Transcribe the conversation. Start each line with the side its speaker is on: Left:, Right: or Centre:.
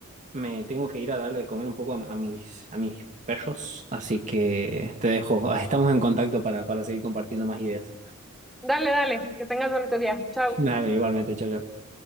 Right: me tengo que ir a darle de comer un poco a, a mis, a mis perros. Así que te dejo. <laughs> Estamos en contacto para, para seguir compartiendo más ideas.
Centre: Dale, dale, que tengas bonito día. Chao.
Right: <laughs> Dale, igualmente, chao, chao.